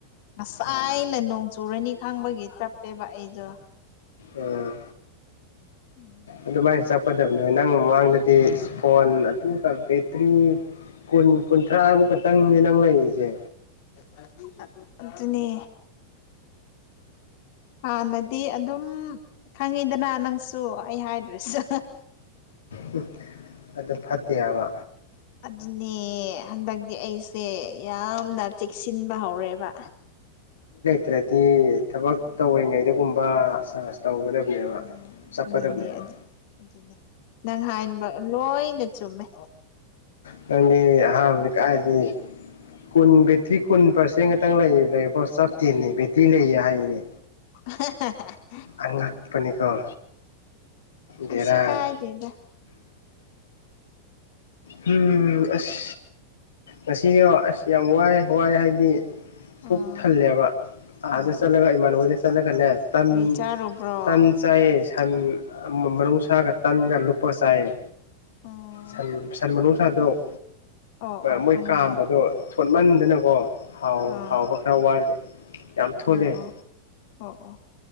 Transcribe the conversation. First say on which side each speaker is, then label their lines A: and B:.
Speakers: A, on the left; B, on the left.
A: ꯉꯁꯥꯏꯅ
B: ꯑꯣ
A: ꯅꯣꯡ ꯆꯨꯔꯅꯤ ꯈꯪꯕꯒꯤ ꯆꯞꯄꯦꯕ ꯑꯩꯗꯣ
B: ꯎꯝ
A: ꯎꯝ
B: ꯑꯗꯨꯃꯥꯏ ꯆꯞ ꯊꯣꯛꯀꯗꯕꯅꯦ ꯅꯪ ꯃꯃꯥꯡꯗꯗꯤ ꯐꯣꯟ ꯑꯗꯨꯒ ꯕꯦꯇ꯭ꯔꯤ ꯀꯨꯟ ꯀꯨꯟꯊ꯭ꯔꯥꯃꯨꯛ ꯈꯛꯇꯪꯅꯦ ꯅꯪ ꯂꯩꯔꯤꯁꯦ
A: <unintelligible> ꯑ ꯑꯗꯨꯅꯦ ꯍꯥꯟꯅꯗꯤ ꯑꯗꯨꯝ ꯈꯪꯉꯤꯗꯅ ꯅꯪꯁꯨ ꯑꯩ ꯍꯥꯏꯗ꯭ꯔꯥꯁꯨ
B: ꯍꯨꯡ ꯑꯗ‌ꯣ ꯐꯠꯇꯦ ꯍꯥꯏꯕ
A: ꯑꯗꯨꯅꯦ ꯍꯟꯗꯛꯇꯤ ꯑꯩ ꯁꯦ ꯌꯥꯝꯅ ꯆꯦꯛꯁꯤꯟꯕ ꯍꯧꯔꯦꯕ
B: ꯇ꯭ꯔꯗꯤ ꯊꯕꯛ ꯇꯧꯔꯤꯉꯩꯗꯒꯨꯝꯕ ꯆꯥꯖꯁ ꯇꯧꯕꯅ‌ꯦꯕ ꯅ‌ꯦꯕ
A: ꯎꯝ
B: ꯆꯞꯀꯗꯕꯅ‌ꯦꯕ
A: ꯑꯗꯨꯅꯦ ꯑꯗꯨꯅꯦ ꯑꯗꯨꯅꯦ ꯅꯪ ꯍꯥꯏꯕ ꯂꯣꯏꯅ ꯆꯨꯝꯃꯦ
B: ꯅꯪꯗꯤ ꯑꯍꯥꯟꯕꯗ ꯀꯥꯏꯗꯩ ꯀꯨꯟ ꯕꯦꯇ꯭ꯔꯤ ꯀꯨꯟ ꯄꯥꯔꯁꯦꯟ ꯉꯥꯛꯇꯪ ꯂꯩ ꯂꯩꯀꯣ ꯆꯞꯇꯦꯅꯦ ꯕꯦꯇ꯭ꯔꯤ ꯂꯩꯌꯦ ꯍꯥꯏꯌꯦꯅꯦ
A: <unintelligible>
B: ꯑꯉꯛꯄꯅꯤꯀ‌ꯣ
A: ꯀꯩꯁꯨ
B: ꯕ‌ꯦꯔꯥꯅ‌ꯦ
A: ꯀꯥꯏꯗꯦꯗ
B: ꯍꯨꯝ ꯑꯁ ꯉꯁꯤꯒꯤ ꯑꯁ ꯌꯥꯝ ꯋꯥꯏ ꯋꯥꯏ ꯍꯥꯏꯗꯤ
A: ꯑꯣ
B: ꯄꯨꯛ ꯊꯜꯂꯦꯕ ꯑꯥꯗ
A: ꯑꯣ
B: ꯆꯠꯂꯒ
A: ꯑꯣ
B: ꯏꯃꯥꯟꯅꯍ‌ꯣꯏꯗ ꯆꯠꯂꯒꯅꯦ ꯇꯟ
A: ꯀꯔꯤ ꯆꯥꯔꯨꯕ꯭ꯔꯣ
B: ꯇꯟ ꯆꯥꯏꯌꯦ ꯁꯟ ꯑ ꯃꯅꯨꯡꯁꯥꯒ ꯇꯟꯒ ꯂꯨꯞꯄꯒ ꯆꯥꯏꯌꯦ
A: ꯑꯣ
B: ꯁꯟ ꯁꯟ ꯃꯅꯨꯡꯁꯥꯗꯣ
A: ꯑꯣ
B: ꯃꯣꯏ
A: ꯈꯪꯉꯦ
B: ꯀꯥꯝꯕꯗꯣ ꯊꯣꯠꯃꯟꯗꯅꯀꯣ ꯍꯥꯎ
A: ꯑꯥ
B: ꯍꯥꯎꯕ ꯈꯔ ꯋꯥꯠꯂꯦ ꯌꯥꯝ ꯊꯣꯠꯂꯦ
A: ꯑꯣ ꯑꯣ ꯑꯣ